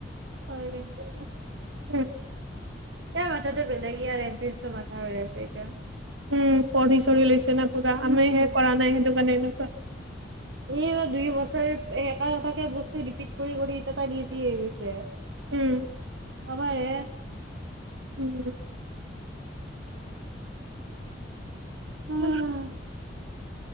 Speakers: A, on the right; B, on the right.
A: হয় কিনটো।
B: উম
A: এয়া মাথাটো বেলেগ ই আৰু এনথ্ৰেন্ঞ্চৰ মাথা হৈ আছে এতিয়া।
B: উম পঢ়ি চঢ়ি লৈছে ন পা
A: উম
B: আমি হে কৰা নাই সেইটো কাৰণে। প।
A: এই দুই বছৰ এটা এটাকে বস্তু ৰিপিট কৰি কৰি ই এটা ইজি হৈ গৈছে। কাবাৰে।
B: উম উম
A: উম
B: উ